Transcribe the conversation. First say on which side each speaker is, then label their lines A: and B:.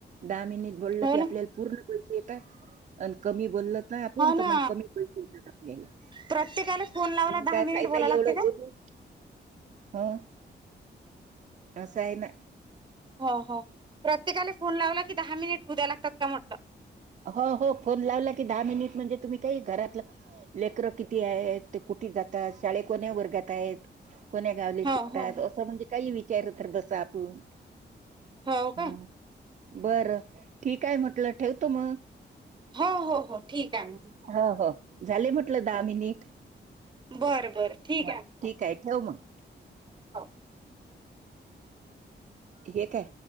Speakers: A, on the right (about 40°); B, on the right (about 25°).
A: दहा मिनीट बोललं
B: हो
A: की
B: ना
A: आपल्याला पूर्ण पैसे येतात आणि कमी बोलल नाही आपूण
B: हो ना
A: तर मंग कमी पैसे येतात. आपल्याला
B: प्रत्येकाला फोन लावला
A: मंग
B: दहा
A: काय
B: मिनिट
A: फायदा
B: बोलाय लागते
A: एवढं
B: का
A: बोलून. हम्म अस आहे ना.
B: हो हो प्रत्येकाला फोन लावला की दहा मिनिट हू द्या लागतात का म्हटलं
A: हो हो फोन लावला की दहा मिनिट म्हणजे तुम्ही काही घरात लेकर किती आहेत ते कुठे जातात शाळे कोन वर्गात आहेत. कोण्या गावले
B: हो
A: शिकतात
B: हो
A: असं म्हणजे काही विचार तर बसा आपूण.
B: हो हो
A: हा
B: काय
A: बरं ठीक आहे म्हटलं ठेवतो म.
B: हो हो हो ठीक आहे मग
A: ह हो झाले म्हटलं दहा
B: हो
A: मिनिट.
B: बरं बरं ठीक
A: हा,
B: आहे.
A: ठीक ठेव मग
B: हो.
A: हे काय.